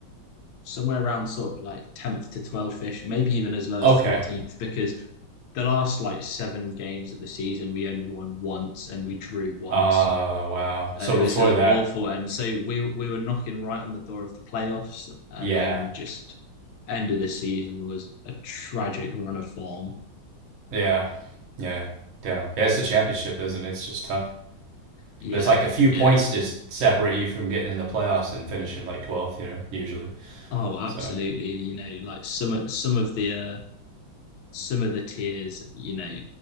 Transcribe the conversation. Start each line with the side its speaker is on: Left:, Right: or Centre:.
Left: somewhere around sort of like 10th to 12th ish, maybe even as low
Right: Okay.
Left: as 14th, because the last like seven games of the season, we only won once and we drew once.
Right: Uh, wow.
Left: And
Right: So
Left: it
Right: before
Left: was an
Right: that,
Left: awful end. So we we were knocking right on the door of the playoffs, and
Right: yeah,
Left: then just end of the season was a tragic run of form.
Right: yeah, yeah, damn. Yeah, it's the championship, isn't it? It's just tough.
Left: Yeah,
Right: There's like a few
Left: yeah.
Right: points to s- separate you from getting in the playoffs and finishing like 12th, you know, usually.
Left: Oh, absolutely.
Right: So
Left: You know, like some some of the uh, some of the tiers, you know,